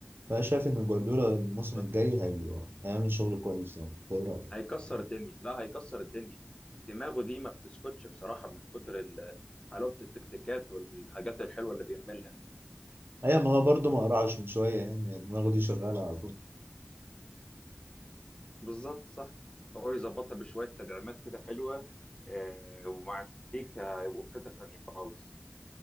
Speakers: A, on the right (about 60°); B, on the left (about 20°).
A: فأنا شايف إن جوارديولا الموسم
B: دي
A: الجاي هي... هيعمل شغل كويس يعني إنت إيه رأيك؟
B: هيكسر الدنيا لا هيكسر الدنيا دماغه دي ما بتسكتش بصراحة من كتر ال- حلاوة التكتيكات والحاجات الحلوة اللي بيعملها
A: أيوة ما هو برضه ما قرعش من شوية يعني يعني دماغه دي شغالة على طول
B: بالظبط صح هو يظبطها بشوية تدعيمات كده حلوة آه، ومع التكتيك هيبقوا في حتة تانية خالص